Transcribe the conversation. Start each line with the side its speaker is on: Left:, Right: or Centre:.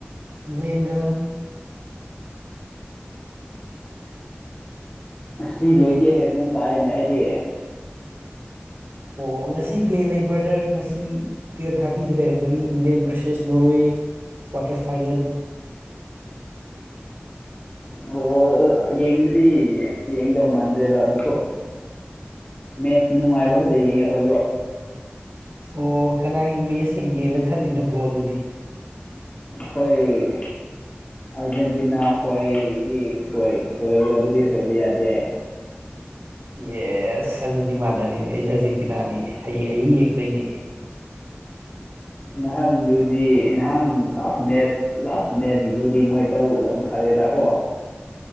Right: ꯏꯡꯂꯦꯟꯒ
Left: ꯉꯥꯁꯤ ꯂꯩꯇꯦ ꯍꯥꯏꯕꯒꯨꯝ ꯇꯥꯏꯌꯦꯅꯦ ꯑꯩꯗꯤ
Right: ꯑꯣ ꯉꯁꯤ ꯄ꯭ꯂꯦ ꯂꯩꯕ꯭ꯔꯥꯗꯔ ꯉꯁꯤ ꯇꯨꯌꯦꯐ ꯊꯥꯔꯇꯤꯗ ꯂꯩꯔꯝꯒꯅꯤ ꯏꯪꯂꯦꯟ ꯚꯔꯁꯦꯁ ꯅꯣꯔꯋꯦ ꯀ꯭ꯋꯥꯇꯔ ꯐꯥꯏꯅꯦꯜ
Left: ꯑꯣ ꯌꯦꯡꯕꯗꯤ ꯌꯦꯡꯗꯧ ꯃꯥꯟꯗ꯭ꯔꯦꯗ ꯑꯗꯨꯁꯨ ꯃꯦꯠꯁ ꯅꯨꯡꯉꯥꯏꯕ ꯈꯛꯇ ꯌꯦꯡꯉꯦ ꯑꯩꯈꯣꯏꯁꯨ
Right: ꯑꯣ ꯀꯅꯥꯒꯤ ꯃꯦꯁ ꯌꯦꯡꯒꯦꯅ ꯈꯜꯂꯤꯅꯣ ꯕ꯭ꯔꯣꯑꯗꯨꯗꯤ
Left: ꯍꯣꯏ ꯑꯥꯔꯖꯦꯟꯇꯤꯅꯥ ꯍꯣꯏꯗꯤ ꯁꯣꯏ ꯁꯣꯏꯕ ꯑꯗꯨꯗꯤ ꯁꯣꯏꯕ ꯌꯥꯗꯦ
Right: ꯌꯦꯁ ꯑꯗꯨꯗꯤꯃꯥꯟꯅꯔꯦꯅꯦ ꯑꯩꯖꯨ ꯑꯥꯔꯖꯦꯟꯇꯤꯅꯥꯅꯤ ꯍꯌꯦꯡ ꯑꯌꯨꯛ ꯌꯦꯡꯗꯣꯏꯅꯤ
Left: ꯅꯍꯥꯟꯗꯨꯗꯤ ꯅꯍꯥꯟ ꯂꯥꯁ ꯃꯦꯠꯁ ꯂꯥꯁ ꯃꯦꯁꯀꯤꯗꯨꯗꯤ ꯃꯣꯏ ꯗꯧ ꯌꯥꯝ ꯐꯔꯦꯗꯀꯣ